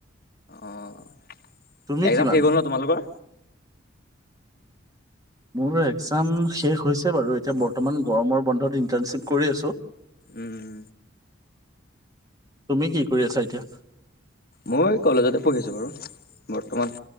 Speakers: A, on the left; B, on the right.
A: অঁ
B: তুমি
A: এক্জাম
B: কিমান?
A: শেষ হ'ল ন তোমালোকৰ।
B: <inaudible> মোৰ একজাম শেষ হৈছে বাৰু এতিয়া বৰ্তমান গৰমৰ বন্ধত ইন্টাৰ্ণশ্বিপ কৰি আছোঁ।
A: উমম
B: তুমি কি কৰি আছা এতিয়া?
A: মই কলেজতে পঢ়িছোঁ বাৰু বৰ্তমান।